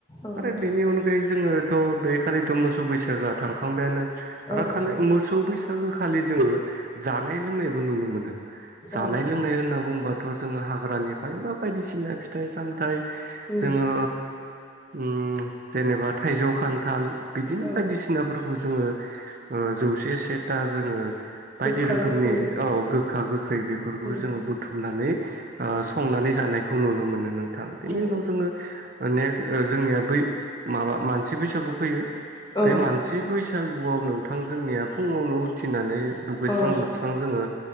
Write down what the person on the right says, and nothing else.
आरो बेनि अनगायै जोङो थ' बे खालिथ' मोसौ बैसागोआ थांखांबायानो। आरो
खालि
मोसौ बैसागो खालि जोङो जा नाय लोंनायबो नुनो मोनो। जानाय
लोंनाय होनना बुंबाथ' जोङो हाग्रानिफ्राय एबा बायदिसिना फिथाइ सामथाइ
जोङो उम जेनेबा थाइजौ खान्थाल बिदिनो
बायदिसिनाफोरखौ जोङो ओ जौसे सेथा जोङो बायदि
रोखोमनि
औ गो खागो गोखै बेफोरखौ
जोङो बुथुमनानै ओ संनानै जानायखौ नुनो मोनो। नोंथां बिनि
उनाव जोङो माने ओ जोंनिया बै माबा मानसि बैसागु फैयो।
बे मानसि बै बैसागुआव नोंथां जोंनिया फुङावनो उथिनानै दुगैस्रां
लोबस्रां जोङो